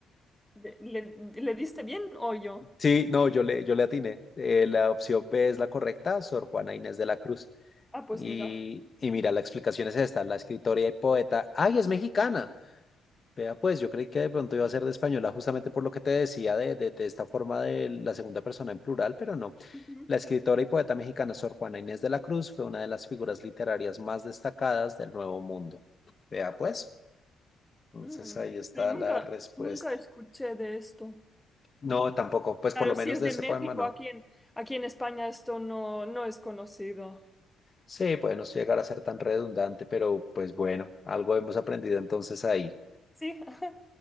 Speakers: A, in the centre; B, on the left.
A: ¿le, le- le diste bien o yo?
B: Sí, no, yo le, yo le atiné. Eh, la opción B es la correcta, Sor Juana Inés de la Cruz.
A: Ah, pues
B: Y,
A: mira.
B: y mira, la explicación es esta, la escritora y poeta, ay, es mexicana. Vea, pues yo creí que de pronto iba a ser de española justamente por lo que te decía de, de- de esta forma de la segunda persona en plural, pero no.
A: Ujú.
B: La escritora y poeta mexicana Sor Juana Inés de la Cruz fue una de las figuras literarias más destacadas del Nuevo Mundo. Vea, pues, entonces
A: Mm.
B: ahí está
A: Pero nunca,
B: la respuesta.
A: nunca escuché de esto.
B: No, tampoco, pues
A: Claro,
B: por lo menos
A: si es
B: de
A: de
B: ese
A: México,
B: poema no.
A: aquí en, aquí en España esto no, no es conocido.
B: Sí, puede no llegar a ser tan redundante, pero pues bueno, algo hemos aprendido entonces ahí.
A: Sí, <laughs>